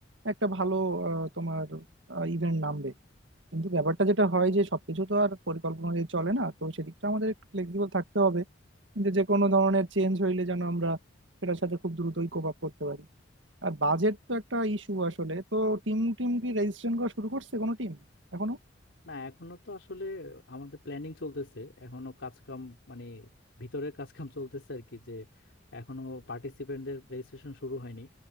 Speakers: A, on the right (about 90°); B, on the left (about 80°).
A: একটা ভালো আহ, তোমার ইভেন্ট নামবে কিন্তু ব্যাপারটা যেটা হয় যে সবকিছু তো আর পরিকল্পনা অনুযায়ী চলে না তো সেদিকটা আমাদের একটু ফ্লেক্সিবল থাকতে হবে যে যে কোনো ধরনের চেঞ্জ হইলে যেন আমরা সেটার সাথে খুব দ্রুতই কোপ আপ করতে পারি আর বাজেট তো একটা ইস্যু আসলে তো টিম টিম কি রেজিস্ট্রেশন করা শুরু করছে কোনো টিম এখনো
B: না এখনো তো আসলে আমাদের প্ল্যানিং চলতেছে এখনো কাজ কাম মানে ভিতরের কাজ কাম চলতেছে আর কি যে এখনো পার্টিসিপেন্টদের রেজিস্ট্রেশন শুরু হয়নি